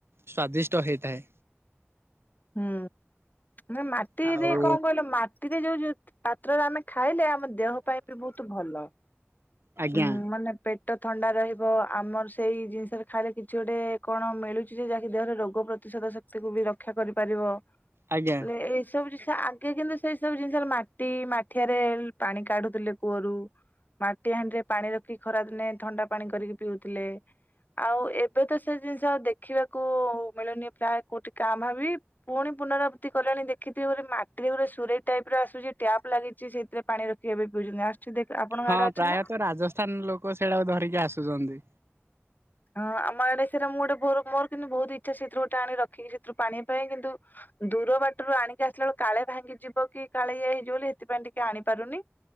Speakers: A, on the right; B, on the left.
A: ସ୍ଵାଦିଷ୍ଟ ହେଇଥାଏ।
B: ହୁଁ। ମାଟିରେ
A: ଆଉ
B: କଣ କହିଲ ମାଟିରେ ଯୋଉ ପାତ୍ରରେ ଆମେ ଖାଇଲେ ଆ ମ ଦେହ ପାଇଁ ବି ବହୁତୁ ଭଲ,
A: ଆଜ୍ଞା
B: ଉଁ ମାନେ ପେ ଟ ଥଣ୍ଡା ରହିବ ଆମର ସେଇ ଜିନିଷରେ ଖାଇଲେ କିଛି ଗୋଟେ କଣ ମିଳୁଛି ଯେ ଯାହାକି ଦେହରେ ରୋଗ ପ୍ରତିଶୋଧ ତା କୁ ବି ରକ୍ଷା କରିପାରିବ <unintelligible>
A: ଆଜ୍ଞା।
B: ଏ ସବୁ ଜିନିଷ ଆଗେ କିନ୍ତୁ ସେଇ ସବୁ ଜିନିଷରେ ମାଟି ମାଠିଆରେ ପାଣି କାଢୁଥିଲେ କୂଅରୁ। ମାଟି ହାଣ୍ଡିରେ ପାଣି ରଖିକି ଖରା ଦିନେ ଥଣ୍ଡା ପାଣି କରିକି ପିଉଥିଲେ, ଆଉ ଏ ଏବେ ତ ସେ ଜିନିଷ ଆଉ ଦେଖିବାକୁ ମିଳୁନି ପ୍ରାୟ କୋଉଠି କାଁଭା ବି। ପୁଣି ପୁନରାବୃତ୍ତି କଲେଣି ଦେଖିଥିବେ ମାଟିରେ ଗୋଟେ ସୁରେଇ ଟାଇପ୍ ର ଆସୁଚି ଟ୍ୟାପ୍ ଲାଗିଚି ସେଇଥିରେ ପାଣି ରଖି ବେ ପିଉଚନ୍ତି <unintelligible> ଦେଖ ଆପଣଙ୍କ
A: ହଁ
B: ଆଡେ ଅଛି
A: ପ୍ରାୟତଃ
B: ନା?
A: ରାଜସ୍ଥାନ୍ ଲୋକ ସେଇଡାକୁ ଧରିକି ଆସୁଚନ୍ତି।
B: ହଁ ଆମ ଆଡେ ସେଟା ମୁଁ ଗୋଟେ ମୋର କିନ୍ତୁ ବହୁତ ଇଚ୍ଛା ସେଥିରୁ ଗୋଟେ ଆଣି ରଖିକି ସେଥିରୁ ପାଣି ପାଇଁ କିନ୍ତୁ ଦୂର ବାଟରୁ ଆଣିକି ଆସିଲା ବେଳେ କାଳେ ଭାଙ୍ଗିଯିବ କି କାଳେ ଇଏ ହେଇଯିବ ବୋଲି ସେଥିପାଇଁ ଟିକେ ଆଣିପାରୁନି।